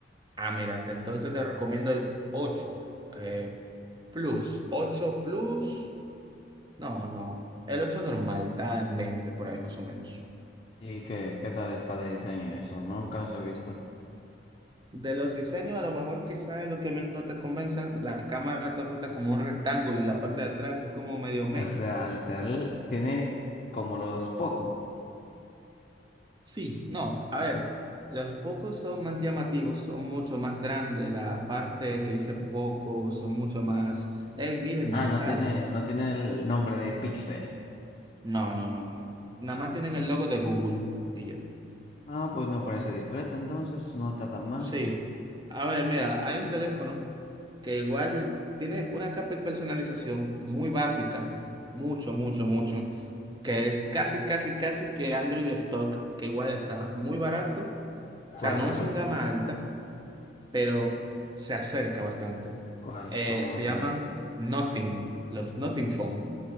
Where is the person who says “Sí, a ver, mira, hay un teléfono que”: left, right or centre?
Right